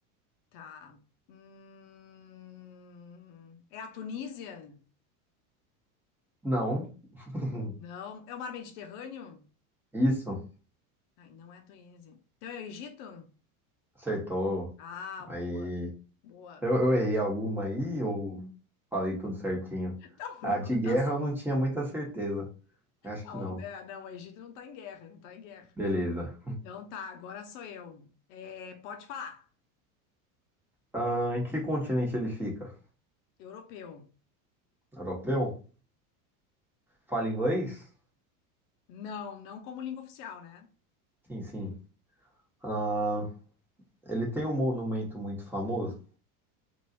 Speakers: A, on the left; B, in the centre.
A: Tá. Hum, É a Tunísia?
B: Não, <laughs>
A: Não. É o mar Mediterrâneo?
B: isso,
A: Ai, não é a Tunísia. Então é o Egito?
B: acertou.
A: Ah,
B: Aí,
A: boa. Boa.
B: eu, eu
A: <laughs>
B: errei alguma aí ou falei tudo certinho?
A: Então, por
B: A
A: enquanto
B: de guerra
A: tá
B: eu não tinha muita certeza. Acho
A: Não,
B: que não.
A: né? Não, o Egito não tá em guerra, não tá em guerra.
B: Beleza.
A: Então tá, agora sou eu. É, pode falar.
B: Ahn, em que continente ele fica?
A: Europeu.
B: Europeu? Fala inglês?
A: Não, não como língua oficial, né?
B: Sim, sim. Ahn, ele tem um monumento muito famoso?